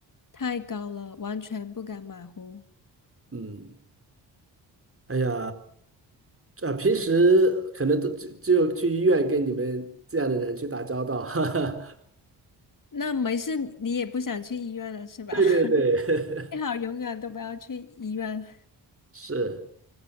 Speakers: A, on the left; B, on the right.
A: 太高了，完全不敢马虎。
B: 嗯，哎呀，啊，平时可能都只只有去医院跟你们这样的人去打交道。<laughs>
A: 那没事，你也不想去医院了是吧？
B: 对对对，
A: <laughs>
B: <laughs>
A: 最好永远都不要去医院，
B: 是，